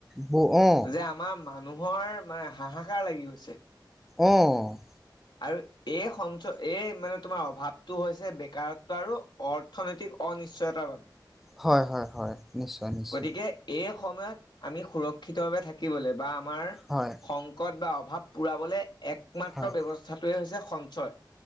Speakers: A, in the centre; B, on the left (about 65°).
A: ব অ
B: যে আমাৰ মানুহৰ হাহাকাৰ লাগি গৈছে।
A: অ'।
B: আৰু এই সঞ্চয় এই মানে তোমাৰ অভাৱটো হৈছে বেকাৰত্ব আৰু অৰ্থনৈতিক অনিশ্চয়তাৰ বাবে।
A: হয়, হয়, হয়। নিশ্চয়। নিশ্চয়
B: গতিকে এই সময়ত আমি সুৰক্ষিতভাৱে থাকিবলৈ, বা আমাৰ
A: হয়।
B: সংকট বা অভাৱ পুৰাবলৈ একমাত্ৰ
A: হয়
B: ব্যৱস্থাটোৱে হৈছে সঞ্চয়।